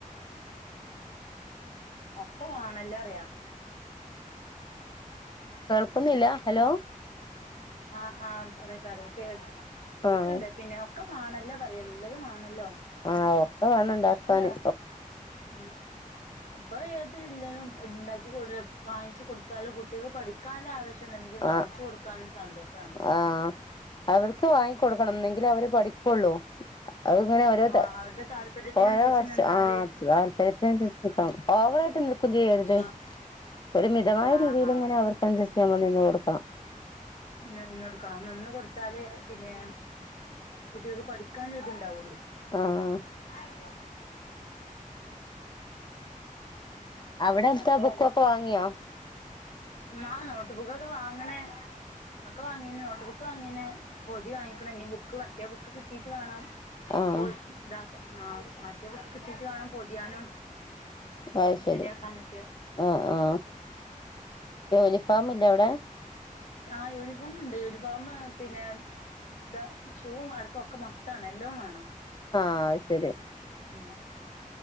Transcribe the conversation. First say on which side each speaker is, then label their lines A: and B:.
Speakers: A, on the left; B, on the left.
A: ഒക്കെ വാണല്ലോ പറിയാ
B: കേൾക്കുന്നില്ല? ഹലോ
A: ആഹ് ആഹ് പറയ് പറയ് കേ
B: ആഹ്
A: കേക്ക്ണ്ട് പിന്നെയോ? ഒക്കെ മാണല്ലോ പറയാ എല്ലതും മാണല്ലോ
B: ആഹ് ഒക്കെ വേണം ഉണ്ടാക്കാന്
A: അല്ല ഉം അപ്പൊ ഏത് ഇല്ലേലും ഇണ്ടാക്കി കൊടു വാങ്ങിച്ചു കൊടുത്താലും കുട്ടിയക്ക് പഠിക്കാന്ള്ള ആവേ ശം വാങ്ങിച്ചു
B: ആഹ്
A: കൊടുക്കാനൊരു സന്തോഷാണ്
B: ആഹ് അവർക്ക് വാങ്ങി കൊടുക്കണം എന്നെങ്കിലെ അവര് പഠിക്കൊള്ളൂ അഹ് ഇങ്ങനെ ഓരോ
A: ആഹ് അവരുടെ താല്പര്യത്തിനനുസരിച്ച്
B: ഓരോ വർഷം
A: നിന്നാല്
B: ആ താല്പര്യത്തിനനുസരിച്ച് നിക്കണം ഓവറായിട്ട് നിക്കും ചെയ്യരുത് <unintelligible>
A: ആഹ്
B: ഒരു മിതമായ
A: ആഹ്
B: രീതിയില്ങ്ങനെ
A: ആഹ്
B: അവർക്ക് അൻസരിച്ച് നമ്മൾ നിന്ന് കൊടുക്കണം
A: നിന്ന് കൊടുക്കണം നിന്ന് കൊടുത്താല് പിന്നെ കുട്ടികൾക്ക് പഠിക്കാന്ള്ള ഇതുണ്ടാവൊള്ളു
B: ആഹ്
A: ആ <unintelligible>
B: അവിടെത്താ
A: അപ്പൊ
B: ബുക്കൊക്കെ വാങ്ങിയോ?
A: ആഹ് നോട്ട് ബുക്കൊക്കെ വാങ്ങ് ണ് ഒക്കെ വാങ്ങീണ് നോട്ട് ബുക്ക് വാങ്ങിണ് പൊതി വാങ്ങിക്ക്ണ ഇഞ്ഞ് ബുക്ക് മറ്റേ ബുക്ക് കിട്ടീട്ട് വേണം
B: ആഹ്
A: പൊ ഇത ആ മറ്റേ ബുക്ക് കിട്ടിട്ട് വേണം പൊതിയാനും
B: അത് ശരി
A: ശരിയാക്കാനൊക്കെ
B: ഉം ഉം യൂണിഫോമില്ലേ അവിടെ?
A: ആ യൂണിഫോമ്ണ്ട് യൂണിഫോമ് പിന്നെ ഇതാ ഷൂവും അടക്കം ഒക്കെ മൊത്താണ് എല്ലോം വേണം
B: ആഹ് അഹ് ശരി
A: ഉം